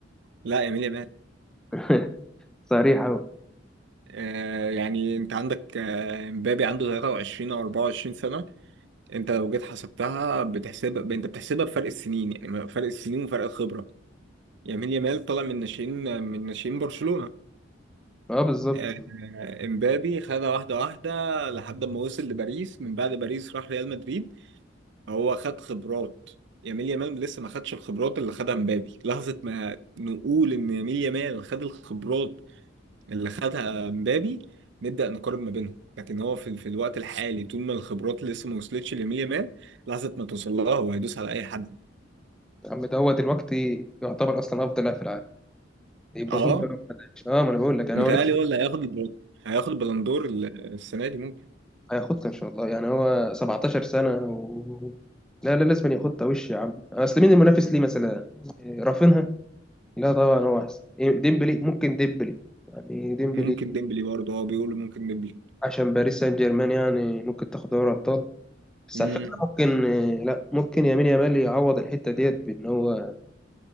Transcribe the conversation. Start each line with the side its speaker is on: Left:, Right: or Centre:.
Right: لا يميل يامال
Centre: <laughs> صريح قوي
Right: آه يعني انت عندك آه، مبابي عنده 23 او 24 سنه انت لو جيت حسبتها بتحسب انت بتحسبها بفرق السنين يعني فرق السنين وفرق الخبره يميل يامال طالع من ناشئين من ناشئين برشلونه
Centre: اه بالظبط
Right: آه، امبابي خدها واحده واحده لحد ما وصل لباريس من بعد باريس راح ريال مدريد هو خد خبرات يميل يامال لسه ما خدش الخبرات اللي خدها مبابي لحظة ما نقول إن يميل يامال خد الخبرات اللي خدها مبابي نبدأ نقارن ما بينهم لكن هو في في الوقت الحالي طول ما الخبرات لسه ما وصلتش لمية مان لحظة ما توصل لها هو هيدوس على أي حد
Centre: يا عم دوت الوقت يعتبر اصلا افضل لاعب في العالم يبسطوا
Right: اه
Centre: له لو ما لعبش اه ما انا بقول لك انا
Right: متهيألي
Centre: هو لسه
Right: هو اللي هياخد البل- هياخد البلندور ال- السنة دي ممكن
Centre: هياخدها ان شاء الله يعني هو 17 سنه و... لا لا لازم ياخدها وش يا عم اصل مين المنافس ليه مثلا إيه، رافينها لا طبعا هو احسن إيه، ديمبلي ممكن ديمبلي يعني ديمبلي
Right: ممكن ديمبلي برضه اه بيقولوا ممكن ديمبلي
Centre: عشان باريس سان جيرمان يعني ممكن تاخد دوري ابطال بس
Right: امم
Centre: على فكره ممكن إيه، لا ممكن يمين يامال يعوض الحته ديت بان هو